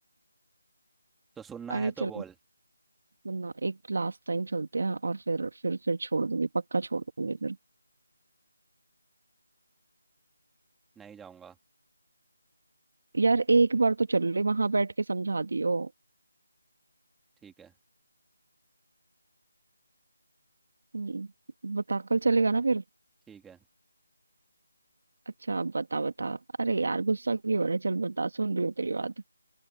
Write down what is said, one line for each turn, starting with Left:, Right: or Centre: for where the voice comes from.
Centre: तो सुनना
Right: अरे
Centre: है
Right: चल
Centre: तो बोल
Right: सुनना एक लास्ट टाइम चलते हैं और फिर फिर फिर छोड़ दूंगी पक्का छोड़ दूंगी फिर
Centre: नहीं जाऊँगा
Right: यार एक बार तो चल ले वहां बैठ के समझा दियो
Centre: ठीक है
Right: हम्म, बता कल चलेगा ना फिर
Centre: ठीक है
Right: अच्छा बता बता अरे यार गुस्सा क्यों हो रहा है चल बता सुन रही हूँ तेरी बात